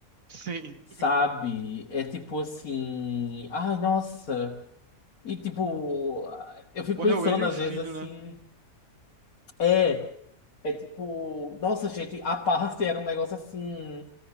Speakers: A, on the right; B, on the left.
A: Sim.
B: sabe? É tipo assim. Ai, nossa. E tipo, eu fico
A: Morreu
B: pensando
A: ele e o
B: às
A: filho,
B: vezes assim.
A: né?
B: É, é tipo. Nossa, gente, a parte era um negócio assim.